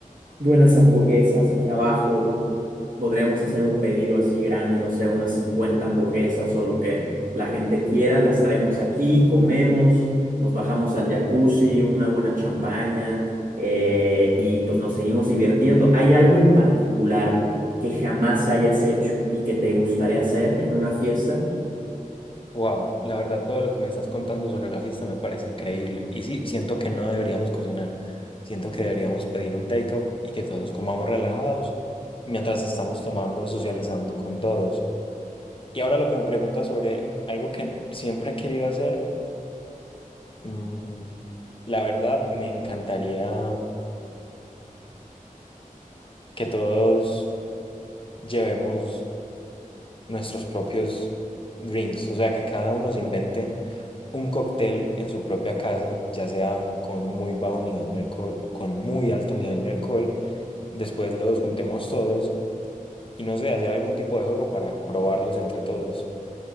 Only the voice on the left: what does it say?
Wow, la verdad, todo lo que me estás contando sobre la fiesta me parece increíble. Y sí, siento que no deberíamos cocinar. Siento que deberíamos pedir un takeout y que todos comamos relajados mientras estamos tomando, socializando con todos. Y ahora lo que me preguntas sobre algo que siempre he querido hacer, mm, la verdad, me encantaría que todos llevemos nuestros propios drinks, o sea, que cada uno se invente. un cóctel en su propia casa, ya sea con muy bajo nivel de alcohol o con muy alto nivel de alcohol. Después los juntemos todos y no sé, hacer algún tipo de juego para probarlos entre todos.